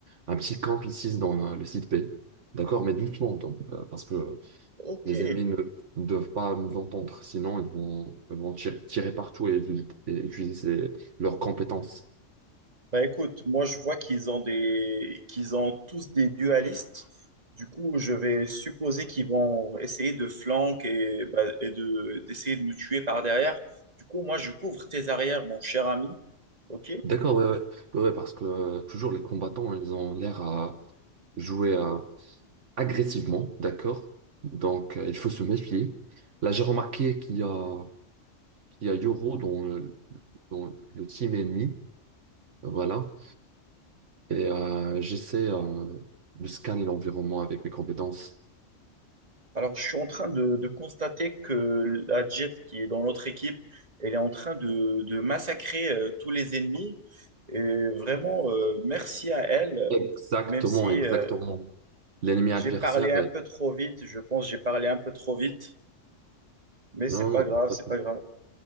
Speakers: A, on the right; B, on the right.
A: un petit camp ici dans euh, le site P. D'accord? Mais doucement, donc, euh, parce que
B: Ok.
A: Les ennemis ne ne doivent pas nous entendre, sinon ils vont, ils vont tir- tirer partout et, et utiliser ces- leurs compétences.
B: Bah écoute, moi je vois qu'ils ont des, qu'ils ont tous des dualistes. Du coup, je vais supposer qu'ils vont essayer de flanquer et, bah, et de, d'essayer de nous tuer par derrière. Du coup, moi je couvre tes arrières, mon cher ami. Ok?
A: D'accord, ouais, ouais, Ouais, ouais, parce que euh, toujours les combattants, ils ont l'air à jouer euh, agressivement, d'accord? Donc euh, il faut se méfier. Là, j'ai remarqué qu'il y a, qu'il y a Yoro dans, le- dans le team ennemi, voilà, et euh, j'essaie euh, de scanner l'environnement avec mes compétences.
B: Alors, je suis en train de, de constater que la Jet qui est dans notre équipe, elle est en train de, de massacrer euh, tous les ennemis. Et vraiment, euh, merci à elle,
A: Exactement,
B: même si
A: exactement.
B: euh,
A: L'ennemi
B: j'ai
A: adversaire
B: parlé un
A: est-
B: peu trop vite. Je pense que j'ai parlé un peu trop vite, mais c'est
A: Non,
B: pas
A: non,
B: grave,
A: non, pas
B: c'est
A: de souci.
B: pas grave.